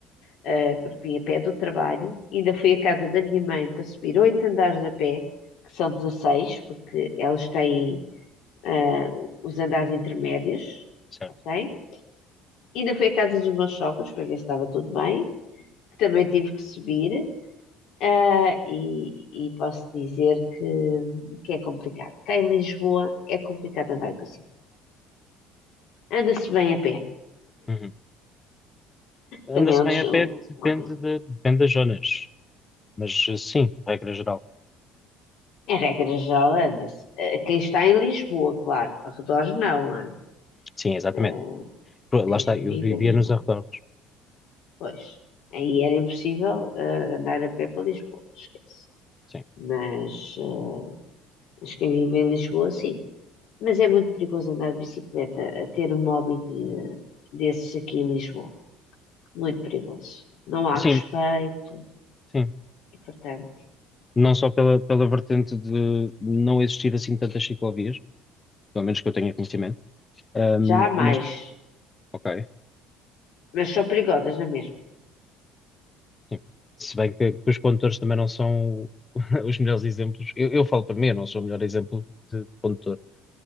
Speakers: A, on the left (about 70°); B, on the left (about 25°).
A: eh, porque vim a pé do trabalho, ainda fui à casa da minha mãe para subir oito andares a pé, que são 16 porque elas têm eh, os andares intermédios,
B: Certo.
A: ok? Ainda fui à casa dos meus sogros para ver se estava tudo bem, que também tive que subir. Ah, e, e posso dizer que, que é complicado. Cá em Lisboa é complicado andar de bicicleta. Anda-se bem a pé,
B: Uhum. Anda-se
A: também é um,
B: bem
A: des-
B: a
A: um
B: pé, depende,
A: óbvio.
B: de, depende das zonas, mas eh, sim, regra geral.
A: Em regra geral, anda-se. Ah, quem está em Lisboa, claro, arredores não. ah.
B: Sim, exatamente.
A: Ah,
B: Pô, Lá
A: quem
B: está, eu
A: vive
B: vivia
A: em Lisboa.
B: nos arredores.
A: Pois, aí era impossível ah, andar a pé para Lisboa, esquece.
B: Sim,
A: Mas, ah, mas quem vive em Lisboa, sim. Mas é muito perigoso andar de bicicleta, a ter um hobby de- desses aqui em Lisboa. muito perigoso. Não há
B: sim,
A: respeito
B: sim.
A: e, portanto,
B: não só pela, pela vertente de não existir assim tantas ciclovias, pelo menos que eu tenha conhecimento, ahm,
A: já há mais,
B: mas ok,
A: mas são perigosas na mesma.
B: sim. Se bem que, que os condutores também não são <laughs> os melhores exemplos, eu, eu falo para mim, eu não sou o melhor exemplo de condutor,